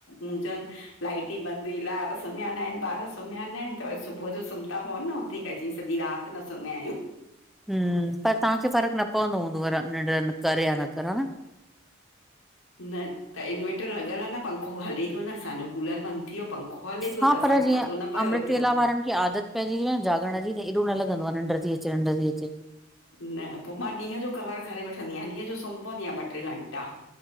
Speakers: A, on the left (about 80°); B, in the centre.
A: हुजनि। <unintelligible> लाइट ई बंदि हुई, ॿार सुम्हिया न आहिनि, ॿार सुम्हिया न आहिनि, त वरी सुबुह जो सुम्ह था पवनि न उथी क अची सॼी रात। न सन्ना आहियूं।
B: हुं, पर तव्हांखे फ़र्क़ु न पवंदो हूंदव निंड्र करे या न कर ह न?
A: न, त इनवेटर लॻल आहे न, पंखो हले प्यो न असांजो, कूलर बंदि थी वियो पंखो हले पियो
B: हा
A: त असांखे
B: पर जीअं,
A: पतो न पियो
B: अमृतवेला
A: एतिरो
B: वारनि खे आदत पइजी वई आहे न जाॻण जी त एॾो न लंदो आहे निंड्र थी अचे निंड्र थी अचे।
A: न पोइ मां ॾींहं जो कवर करे वठंदी आहियां, ॾींहं जो सुम्ही पंदी आहियां ॿ टे घंटा।